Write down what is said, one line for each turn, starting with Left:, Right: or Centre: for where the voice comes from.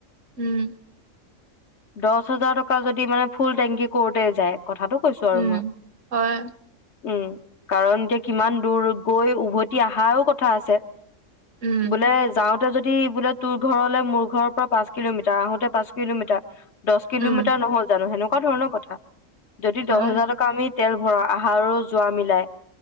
Right: উম
Left: দহ হাজাৰ টকা যদি মানে ফুল টেংকি কৰোতে যায় কথাটো কৈছো আৰু
Right: উম
Left: মই
Right: হয়
Left: উম কাৰণ এতিয়া কিমান দূৰ গৈ উভতি অহাও কথা আছে
Right: উম
Left: বোলে যাওঁ তাতে যদি বোলে তোৰ ঘৰলে মোৰ ঘৰৰ পৰা পাঁচ কিলোমিটাৰ আহোতে পাঁচ কিলোমিটাৰ দহ কিলোমিটাৰ
Right: উম
Left: নহল জানো সেনোক এনেকোৱা ধৰণৰ কথা যদি
Right: হয়
Left: দহ হাজাৰ টকা আমি তেল ভৰা আহা আৰু যোৱা মিলাই